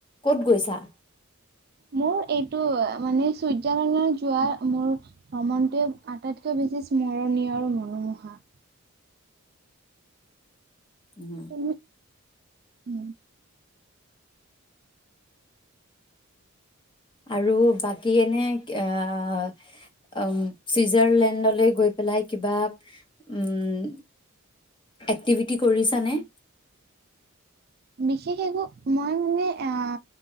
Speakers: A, on the left (about 25°); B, on the right (about 45°).
A: ক'ত গৈছা
B: মোৰ এইটো মানে চুইজাৰলেণ্ডৰ যোৱা মোৰ ভ্ৰমণটোৱে আটাইতকৈ বেছি স্মৰণীয় আৰু মনোমোহা
A: উম
B: তুমি উম,
A: আৰু বাকী এনে আহ উ চুইজাৰলেণ্ডলৈ গৈ পেলাই কিবা উম এক্টিভিটি কৰিছানে?
B: বিশেষ একো মই মানে আহ